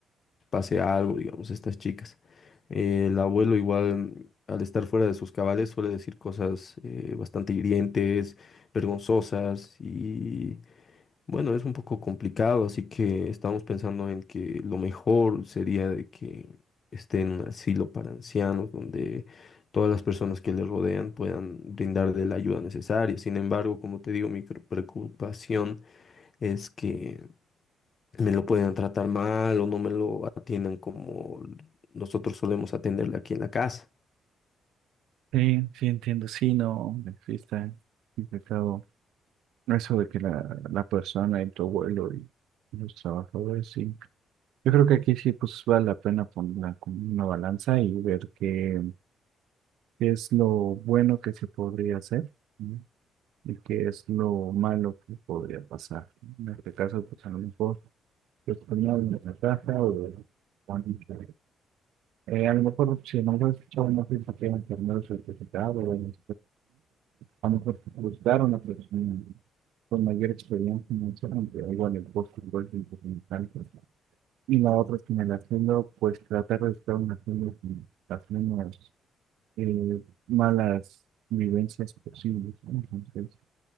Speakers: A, on the left; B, on the right.
A: pase algo, digamos, a estas chicas. Eh, el abuelo igual, al estar fuera de sus cabales, suele decir cosas eh, bastante hirientes, vergonzosas y bueno, es un poco complicado, así que estamos pensando en que lo mejor sería de que esté en un asilo para ancianos donde todas las personas que le rodean puedan brindarle la ayuda necesaria. Sin embargo, como te digo, mi preocupación es que me lo pueden tratar mal o no me lo atienden como nosotros solemos atenderle aquí en la casa.
B: Sí, sí, entiendo. Sí, no, hombre, sí está complicado. Eso de que la, la persona y tu abuelo y los trabajadores, sí. Yo creo que aquí sí, pues vale la pena ponerla como una balanza y ver qué, qué es lo bueno que se podría hacer, ¿no? y qué es lo malo que podría pasar. En este caso, pues a lo mejor, yo ponía en la casa o o alguien que- Eh, a lo mejor, si no lo he escuchado, no sé si tienen terminado el certificado o en a lo mejor buscar una persona con mayor experiencia financiera, aunque igual el costo igual es importante. Y la otra es que en el haciendo, pues tratar de estar un haciendo con las menos eh, malas vivencias posibles. ¿no? Entonces,